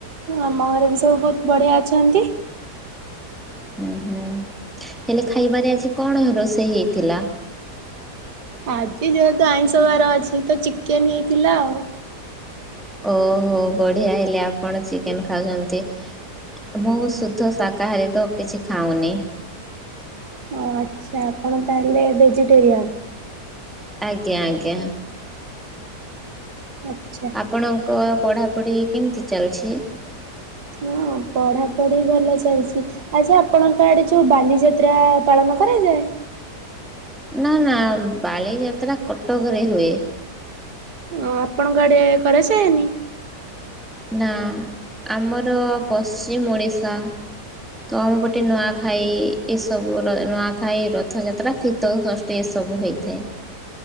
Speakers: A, on the right (about 75°); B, in the centre.
A: ଆମ ଘରେ ବି ସବୁ ବହୁତ ବଢିଆ ଅଛନ୍ତି।
B: ହୁଁ ହୁଁ ହେଲେ ଖାଇବାରେ ଆଜି କଣ ରୋଷେଇ ହେଇଥିଲା।
A: ଆଜି ଯେହେତୁ ଆଇଁଷ ବାର ଅଛି ତ ଚିକେନ ହେଇଥିଲା ଆଉ।
B: ଓହୋ ବଢିଆ ହେଲେ ଆପଣ ଚିକେନ ଖାଉଛନ୍ତି ମୁଁ ସୁଧ ଶାକାହାରୀ ତ କିଛି ଖାଉନି
A: ଓ ଆଚ୍ଛା ଆପଣ ତାହେଲେ ଭେଜିଟେରିୟାନ୍
B: ଆଜ୍ଞା ଆଜ୍ଞା।
A: ଆଚ୍ଛା।
B: ଆପଣଙ୍କ ପଢାପଢି କେମିତି ଚାଲିଛି?
A: ହଁ ପଢାପଢି ଭଲ ଚାଲିଛି ଆଚ୍ଛା ଆପଣଙ୍କ ଆଡେ ଯୋଉ ବାଲି ଯାତ୍ରା ପାଳନ କରାଯାଏ।
B: ନା ନା ବାଲିଯାତ୍ରା କଟକରେ ହୁଏ।
A: ଓ ଆପଣଙ୍କ ଆଡେ କରା <unintelligible>
B: ନା ଆମର ପଶ୍ଚିମ ଓଡ଼ିଶା ତ ଆମପଟେ ନୂଆଖାଇ ଏସବୁ ନୂଆଖାଇ ରଥଯାତ୍ରା ଶୀତଳ ଷଷ୍ଠୀ ଏସବୁ ହୋଇଥାଏ।